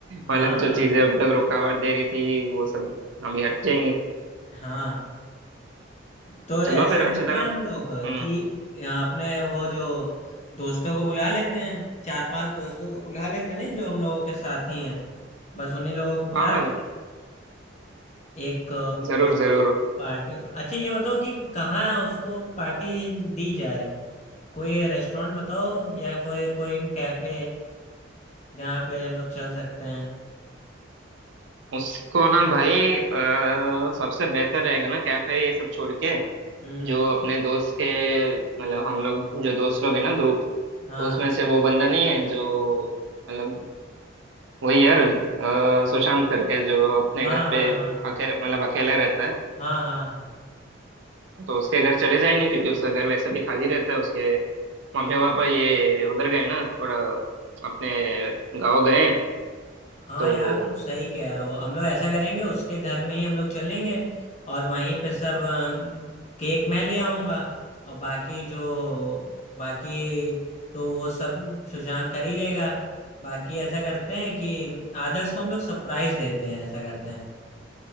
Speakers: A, on the left; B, on the right.
A: हाँ
B: मतलब जो
A: हाँ
B: चीजें अभी तक रुकावट दे रही थी वो सब अभी हट जाएंगी
A: हाँ तो ऐसा
B: चलो फिर अच्छी
A: करते
B: तरह
A: हैं हम लोग
B: हम्म
A: कि अपने वो जो दोस्तों को बुला लेते हैं चार पांच दोस्तों को बुला लेते हैं नहीं जो हम लोगों के साथी हैं बस उन्हीं लोगों को
B: हाँ
A: बुला
B: हाँ
A: के एक
B: जरूर जरूर
A: पार्टी अच्छा ये बताओ कि कहाँ उसको पार्टी दी जाए कोई रेस्टोरेंट बताओ या कोई कोई कैफे जहाँ पे हम लोग चल सकते हैं
B: उसको ना भाई अ, सबसे बेहतर रहेगा ना कैफे ये सब छोड़ के
A: हम्म
B: जो अपने दोस्त के मतलब हम लोग जो दोस्त लोग हैं ना ग्रुप
A: हाँ
B: तो उसमें से वो बंदा नहीं है जो मतलब वही यार अ, सुशांत करके जो अपने
A: हाँ
B: घर
A: हाँ
B: पे
A: हाँ
B: अके, मतलब अकेला रहता है
A: हाँ हाँ
B: तो उसके घर चले जाएंगे क्योंकि उसका घर वैसे भी खाली रहता है उसके मम्मी पापा ये उधर गए ना थोड़ा अपने गांव गए हैं।
A: हाँ
B: तो
A: यार तुम सही कह रहे हो हम लोग ऐसा करेंगे उसके घर में ही हम लोग चलेंगे और वहीं पे सब अ, केक मैं ले आऊंगा और बाकी जो बाकी तो वो सब सुशांक कर ही लेगा बाकी ऐसा करते हैं कि आदर्श को हम लोग सरप्राइज देते हैं ऐसा करते हैं